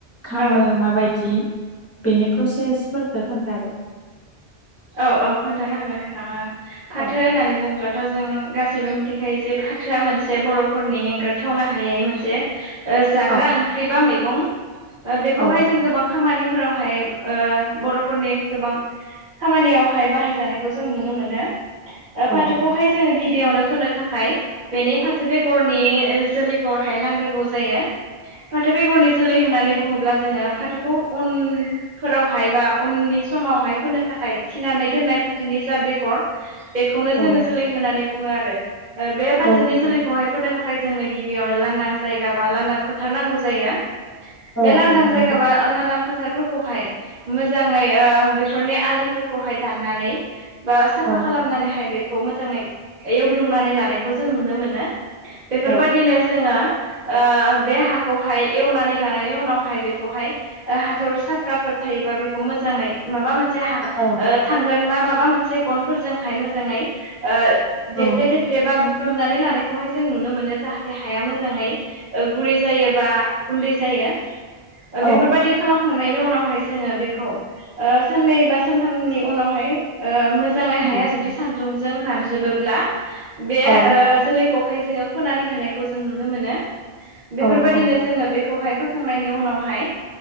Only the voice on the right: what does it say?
औ
औ औ खोन्थानो हागोन नोंथां फाथो
होननानै बुङोब्ला थाजों गासैबो मिथिखायो जे फाथोआ मोनसे बर'फोरनि एंगारथावनो हायै मोनसे ओ जाग्रा
ओंख्रि बा मैगं बेखौहाय
जों गोबां खामानिफोरावहाय ओ बर'फोरनि गोबां खामानियावहाय बाहायजानायखौ जों नुनो मोनो ओ
फाथोखौहाय जोङो गिबियावनो फोनो थाखाय बेनि फाथो बेगरनि जोलैखौ हाय नांग्रोगौ जायो फाथो बेगरनि जोलै होननानै बुङोब्ला जोङो फाथोखौ उन फोरावहाय बा उननि समावहाय फोनो था खाय थिनानै दोननाय फाथोनि जा बेगर बेखौनो
जोङो जोलै होनानै बुङो आरो ओ बे फाथोनि
जुलैखौहाय
फोनो थाखाय जोंनो गिबियावनो लांदां जायगा बा लांदां फोथार नांगौ जायो
बे लांदां
जायगा बा लांदां फोथारफोरखौहाय मोजाङै ओ बेफोरनि आलि फोरखौहाय दाननानै बा साफा
खालामनानैहाय बे खौ मोजाङै एवग्लुंनानै लानायखौ जों नुनो मोनो बेफोरबायदिनो
जोङो ओ बे हाखौहाय एवनानै लानायनि उनावहाय बेखौहाय ओ हाथर साफ्राफोर थायोबा बेखौ मोजाङै माबा मोनसे हा
ओ थांगोन बा माबा मोनसे गनफोरजोंहाय मोजाङै ओ
देफ्ले दे फ्लेबा बुख्रुबनानै लानायखौहाय जों नुनो मोनो जाहाथे हाया मोजाङै ओ गुरै जायो बा गुन्दै जायो
बेफोरबायदि खालामखांनायनि उनावहाय जोङो बेखौ साननै बा सानथामनि उनावहाय मोजाङै
हाया जुदि सान्दुंजों रानजोबोब्ला बे
जोलैखौहाय जोङो फोनानै होनायखौ जों नुनो मोनो
बेफोरबायदिनो
जोङो बेखौहाय फोखांनायनि उनावहाय